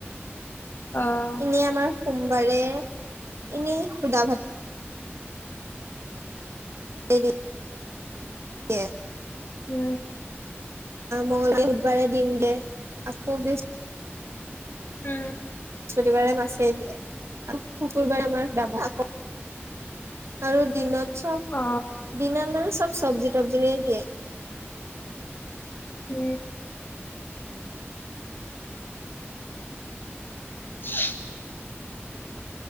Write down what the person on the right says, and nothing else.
এনেই আমাৰ সোমবাৰে এনেই সুধা ভাত। <unintelligible>
মঙলে বুধবাৰে ডিম দিয়ে। আকৌ বৃচ
স্পতিবাৰে মাছেই দিয়ে। শুক শুকুৰবাৰে আমাৰ <unintelligible> আকৌ আৰু দিনত চব
দিনত নহ চব চবজি তবজিৰে দিয়ে।